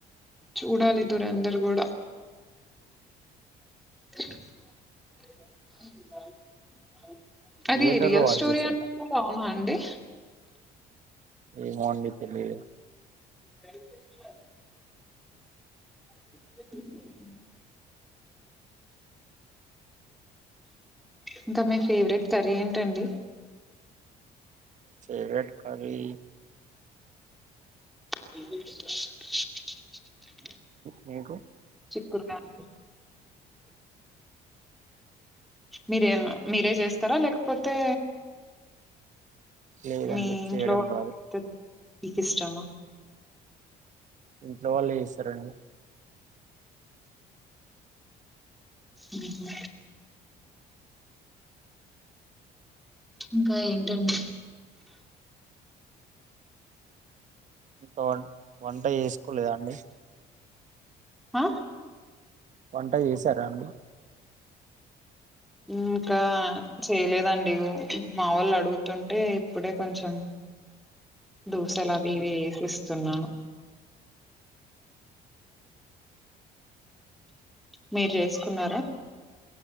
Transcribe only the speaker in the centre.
చూడాలి ధురందర్ గూడా <inaudible>
అది రియల్
స్టోరీ
<unintelligible> అవునా అండి
<inaudible> <inaudible> ఇంకా మీ ఫేవరెట్ కర్రీ ఏంటండి
<inaudible>
చిక్కురుగయ్ మీరిగా మీరే చేస్తారా లేకపోతే
మీ ఇంట్లో
<inaudible> ఇష్టమా
ఉహు ఇంకా ఏంటండి
ఆ
ఇంకా చేయలేదండి మా వొళ్ళు అడుగుతుంటే ఇప్పుడే కొంచెం దోసలావియివి ఎసి ఇస్తున్నాను మీరు చేసుకున్నారా